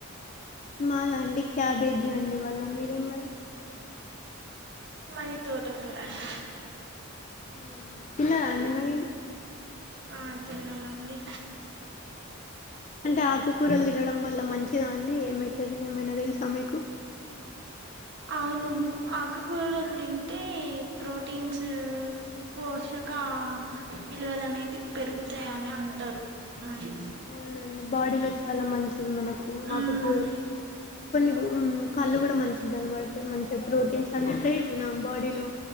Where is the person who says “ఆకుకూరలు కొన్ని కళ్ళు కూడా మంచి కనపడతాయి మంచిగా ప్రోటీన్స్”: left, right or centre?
Left